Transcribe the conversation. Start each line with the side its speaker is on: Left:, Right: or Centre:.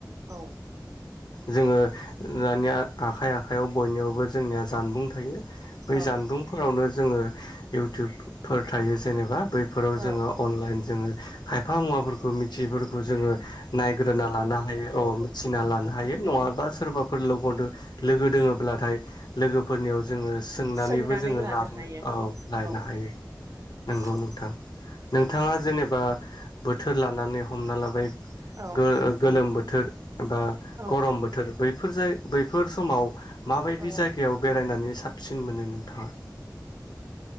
Right: औ
Left: जोङो ओ दानिया आखाइ आखाइआव बयनियावबो जोंनिया जानबुं थायो बै
Right: औ
Left: जानबुंफोरावनो जोङो इउटुबफोर थायो जेनेबा बैफोराव
Right: औ
Left: जोङो अनलाइन जोङो खायफा मुवाफोरखौ मिथियिफोरखौ जोङो नायग्रोना लानो हायो अ मिथिना
Right: औ
Left: लानो हायो नङाबा सोरबाफोर लग लोगो दोङोब्लाथाय लोगोफोरनियाव जोङो सोंनानैबो
Right: सोंनानै
Left: जोङो
Right: लानो
Left: <unintelligible>
Right: हायो
Left: औ लायनो
Right: औ
Left: हायो। नंगौ
Right: औ
Left: नोंथां नोंथाङा
Right: औ
Left: जेनेबा बोथोर लानानै हमना लाबाय
Right: औ
Left: गो गोलोम बोथोर बा
Right: औ
Left: गरम बोथोर बै फोर जाय बैफोर समाव माबायदि
Right: औ
Left: जायगायाव बेरायनानै साबसिन मोनो नोंथाङा।